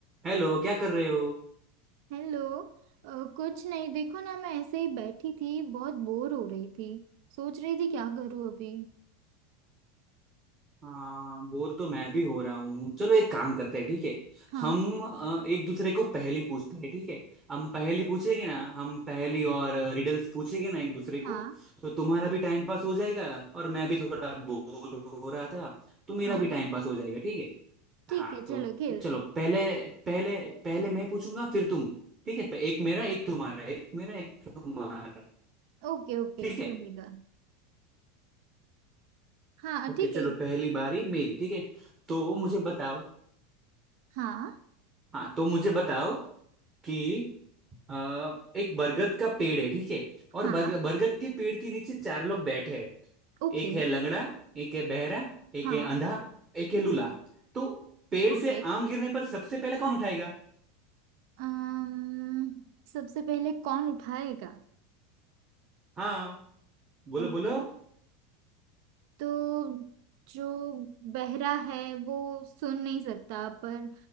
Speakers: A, on the right (about 20°); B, on the right (about 60°).
A: Hello क्या कर रहे हो
B: Hello अ, कुछ नहीं देखो ना मैं ऐसे ही बैठी थी बहुत बोर हो रही थी सोच रही थी क्या करूँ अभी
A: हाँ बोर तो मैं भी हो रहा हूँ चलो एक काम करते हैं ठीक है
B: हाँ
A: हम अ, एक दूसरे को पहेली पूछते हैं ठीक है हम पहेली पूछेंगे ना हम पहेली और रिडल्स पूछेंगे ना एक दूसरे
B: हाँ
A: को तो तुम्हारा भी टाइम पास हो जाएगा और मैं भी थोड़ा बोर हो रहा था तो मेरा
B: हाँ
A: भी टाइम पास हो जाएगा ठीक है
B: ठीक
A: हाँ
B: है
A: तो
B: चलो खेलते
A: चलो
B: हैं।
A: पहले पहले पहले मैं पूछूंगा फिर तुम ठीक है एक मेरा एक तुम्हारा एक मेरा एक तुम्हारा
B: ओके ओके
A: ठीक है
B: चलेगा हाँ
A: ओके
B: ठीक
A: चलो
B: है
A: पहली बारी मेरी ठीक है तो मुझे बताओ
B: हाँ
A: हाँ तो मुझे बताओ कि अ, एक बरगद का पेड़ है ठीक है और
B: हाँ
A: बरग- बरगद के पेड़ के नीचे चार लोग बैठे हैं
B: ओके
A: एक है लंगड़ा एक है बहरा एक
B: हाँ
A: है अंधा एक है लूला तो पेड़
B: ओके
A: से आम गिरने पर सबसे पहले कौन उठाएगा
B: अम्म सबसे पहले कौन उठाएगा
A: हाँ बोलो
B: ओके
A: बोलो
B: तो जो बहरा है वो सुन नहीं सकता पर